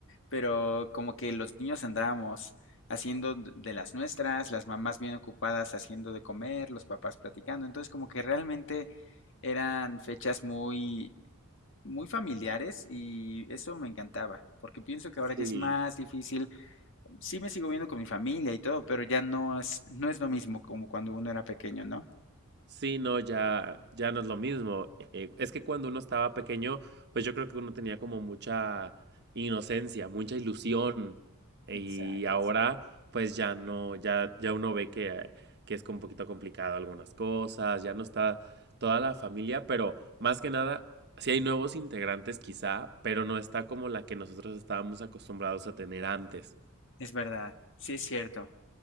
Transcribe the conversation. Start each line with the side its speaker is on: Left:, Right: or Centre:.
Left: pero como que los niños andábamos haciendo d- de las nuestras, las mamás bien ocupadas haciendo de comer, los papás platicando. Entonces, como que realmente eran fechas muy, muy familiares y eso me encantaba, porque pienso que ahora ya
Right: Sí.
Left: es más difícil. Sí me sigo viendo con mi familia y todo, pero ya no es, no es lo mismo como cuando uno era pequeño, ¿no?
Right: Sí, no, ya, ya no es lo mismo. Eh, es que cuando uno estaba pequeño, pues yo creo que uno tenía como mucha inocencia, mucha ilusión. Y
Left: Exacto.
Right: ahora, pues ya no, ya, ya uno ve que, eh, que es como un poquito complicado algunas cosas, ya no está toda la familia, pero más que nada, sí hay nuevos integrantes quizá, pero no está como la que nosotros estábamos acostumbrados a tener antes.
Left: Es verdad, sí es cierto.